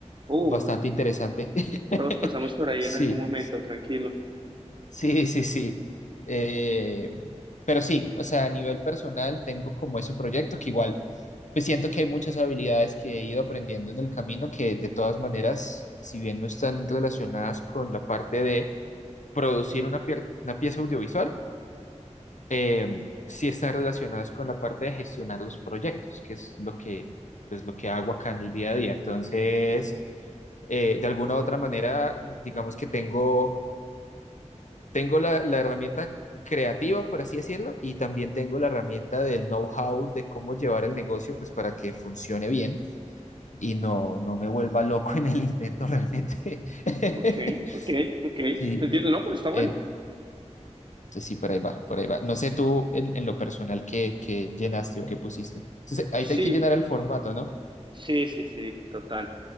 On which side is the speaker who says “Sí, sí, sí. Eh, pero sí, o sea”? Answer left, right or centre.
Left